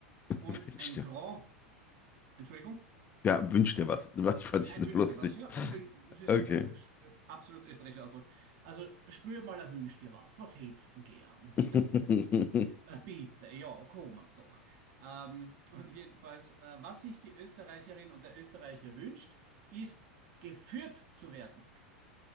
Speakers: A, on the left; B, on the right.
A: <laughs>
B: Und
A: Wünsch
B: ein
A: dir,
B: Grand Entschuldigung?
A: ja, wünsch dir was. <laughs> Ich fand
B: Ja,
A: dich so
B: ein Wünsch
A: lustig.
B: dir was. Ja, ein Wünsch. Das ist
A: Okay.
B: äh, äh, absolut österreichischer Ausdruck. Also, spür mal ein Wünsch dir was. Was hättest denn gern?
A: <laughs>
B: Äh, bitte, ja, kommen's doch. Ähm, und jedenfalls, äh, was sich die Österreicherin und der Österreicher wünscht, ist, geführt zu werden.